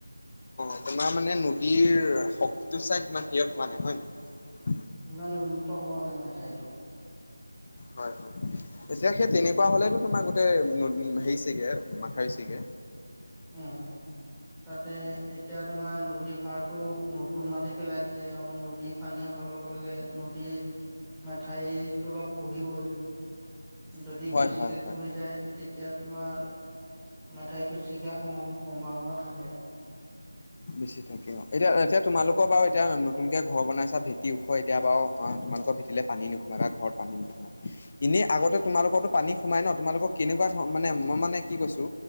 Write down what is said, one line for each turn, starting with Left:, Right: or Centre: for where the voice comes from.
Left: আপোনাৰ মানে নদীৰ শক্তিটো চাই সিমান সিয়ত হোৱা নাই। হয় নাই?
Centre: ইমান উন্নত হোৱা নাই মথাইটো
Left: হয় হয় এতিয়া সেই তেনেকুৱা হলেতো তোমাক গোটেই হেৰিছেগে মাথাই ছিগে।
Centre: উ তাতে এতিয়া তোমাৰ নদী পাৰতটো নতুন মাটি পেলাইছে আৰু নদী পানী অহাৰ লগে লগে নদীত মেঠাইতটো অলপ খহিবই যদি
Left: হয়
Centre: বেছিকে
Left: হয় হয়
Centre: খহি যায় তেতিয়া তোমাৰ মাথাইতো চিগা সম্ভাৱনা থাকে
Left: বেছি থাকে অ এতিয়া এতিয়া তোমালোকৰ বাৰু এতিয়া নতুনকে ঘৰ বনাইছা ভেটি ওখ এতিয়া বাৰু তোমালোকৰ ভেটিলে পানী নোসোমাই বা ঘৰত পানী নোসোমাই । এনেই আগতে তোমালোকৰো পানী সোমাই ন? তোমালোকৰ কেনেকুৱা ধৰ মানে মই মানে কি কৈছো